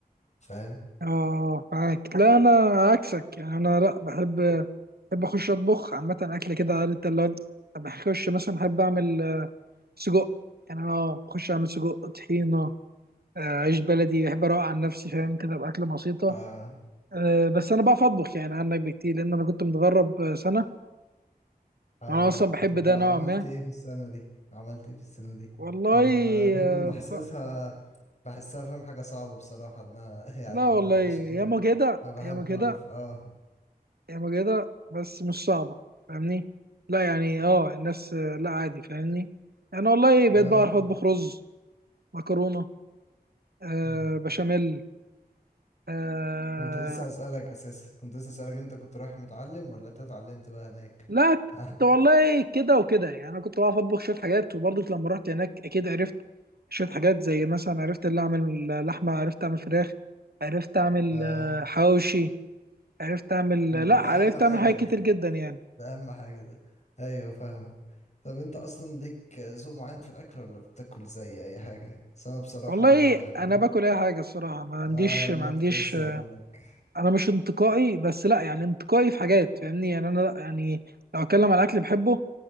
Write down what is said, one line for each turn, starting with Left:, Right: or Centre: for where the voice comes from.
Left: فاهم
Right: اه معاك لا انا عكسك يعني انا لا بحب بحب اخش اطبخ عامه اكل كده عارف انت اللي هو بخش مثلا بحب اعمل آه، سجق يعني انا اه بخش اعمل سجق طحينه آه، عيش بلدي بحب اروق عن نفسي فاهم كده باكل بسيطه
Left: امم.
Right: آه، بس انا بعرف اطبخ يعني عنك بكتير لان انا كنت متغرب آه، سنه
Left: اه
Right: انا اصلا بحب
Left: طب
Right: ده
Left: عملت
Right: نوعا ما
Left: ايه في السنة دي عملت ايه في السنة دي
Right: والله
Left: لان انا دايما
Right: آه،
Left: بحسسها
Right: ب...
Left: بحسها فاهم حاجة صعبة بصراحة ان أنا <laughs> يعني
Right: لا
Left: ان
Right: والله
Left: انا اعيش فيها
Right: ياما كده
Left: فبحب
Right: ياما كده
Left: اعرف اه
Right: ياما كده بس مش صعبة فاهمني لا يعني اه الناس آه، لا عادي فاهمني انا والله بقيت
Left: طب هل
Right: بعرف اطبخ رز مكرونة آه
Left: مم.
Right: بشاميل آه
Left: كنت لسه اسألك اساسا كنت لسه اسألك انت كنت رايح متعلم ولا انت اتعلمت بقى هناك
Right: لا ت-
Left: <laughs>
Right: والله كده وكده يعني انا كنت بعرف اطبخ شوية حاجات وبرضك لما رحت هناك اكيد عرفت شوية حاجات زي مثلا عرفت اللي اعمل لحمة عرفت اعمل فراخ عرفت اعمل
Left: اه
Right: آه، حواوشي عرفت اعمل
Left: مم،
Right: لا عرفت
Left: ده اهم حاجة
Right: اعمل حاجات
Left: ده
Right: كتير جدا يعني
Left: ده اهم حاجة ده ايوه فاهمك طب انت اصلا ليك ذوق معين في الاكل ولا بتاكل زي اي حاجة بس انا بصراحة
Right: والله
Left: يعني
Right: انا باكل اي حاجه الصراحه ما عنديش
Left: اه يعني
Right: ما
Left: انا
Right: عنديش
Left: كنت لسه هقول لك
Right: انا مش انتقائي بس لا يعني انتقائي في حاجات فاهمني يعني انا لا يعني لو اتكلم على الاكل بحبه